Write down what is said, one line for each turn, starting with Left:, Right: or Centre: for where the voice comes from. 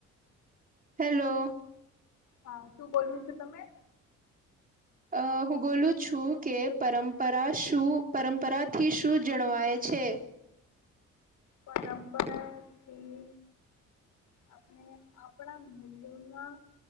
Right: હેલો.
Left: હા શું બોલવું છું તમે.
Right: અ હું બોલું છું કે પરંપરા શું પરંપરાથી શું જળવાય છે.
Left: પરંપરા થી આપણે આપણા મૂલ જેના